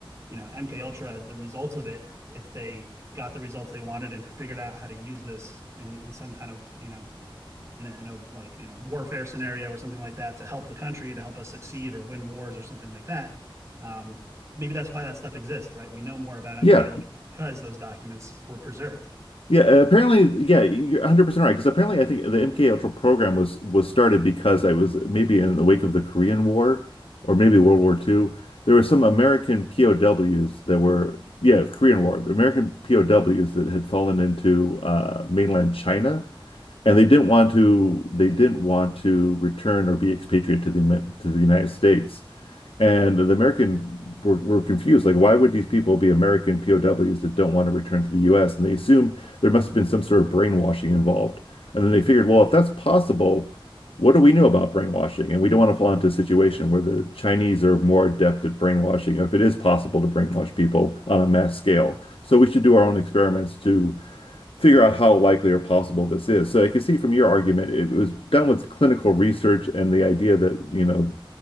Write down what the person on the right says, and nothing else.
you know, MK Ultra, the results of it, if they got the results they wanted and figured out how to use this in in some kind of you know in a, in a like you know warfare scenario or something like that to help the country to help us succeed or win wars or something like that. Um, maybe that's why that stuff exists, right? We know more about MK
Ultra because those documents were preserved